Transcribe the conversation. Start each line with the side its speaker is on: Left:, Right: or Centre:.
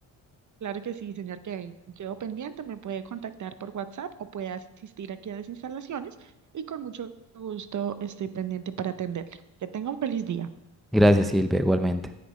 Right: Claro que sí, señor Kevin. Quedo pendiente, me puede contactar por WhatsApp o puede asistir aquí a las instalaciones y con mucho gusto estoy pendiente para atenderle. Que tenga un feliz día.
Centre: Gracias, Silvia, igualmente.